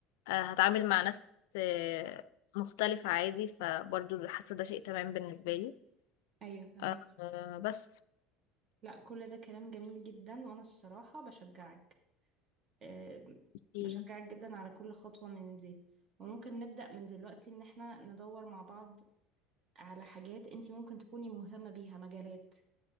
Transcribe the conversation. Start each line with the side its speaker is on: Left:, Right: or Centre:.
Left: آه، هتعامل مع ناس آه، مختلفة عادي فبرضو حاسة ده شيء تمام بالنسبة لي
Right: ايوه فاهمك
Left: آه، بس
Right: لا كل ده كلام جميل جدا وانا الصراحة بشجعك آه،
Left: دي-
Right: بشجعك جدا على كل خطوة من دي وممكن نبدأ من دلوقتي ان احنا ندور مع بعض على حاجات انتي ممكن تكوني مهتمة بيها مجالات